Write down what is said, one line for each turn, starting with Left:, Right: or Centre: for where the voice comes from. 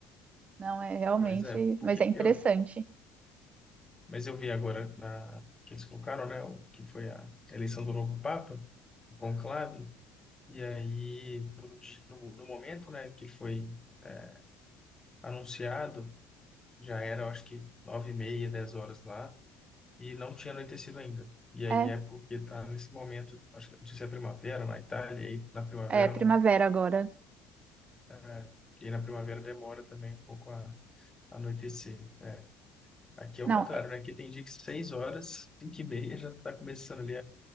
Right: Não, é realmente,
Left: Pois é, porque
Right: mas é interessante.
Left: eu, Mas eu vi agora na- que eles colocaram, né, o que foi a eleição do novo Papa, o conclave, e aí, no, di- no- no momento, né, que ele foi é, anunciado, já era, eu acho que, nove e meia, dez horas lá, e não tinha anoitecido ainda. E aí
Right: É,
Left: é porque está nesse momento, acho que, não sei se é primavera na Itália, e aí na primavera
Right: é primavera
Left: não,
Right: agora.
Left: é, e aí na primavera demora também um pouco a a anoitecer. é. Aqui é
Right: Não,
Left: o contrário,
Right: é-
Left: né? Aqui tem dia que seis horas, cinco e meia, já está começando ali